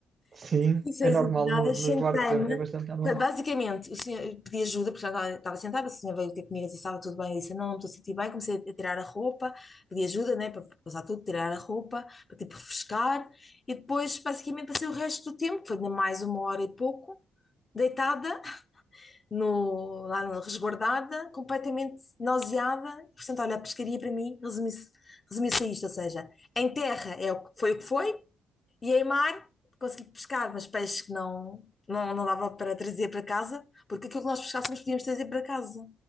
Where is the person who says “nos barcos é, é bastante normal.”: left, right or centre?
Right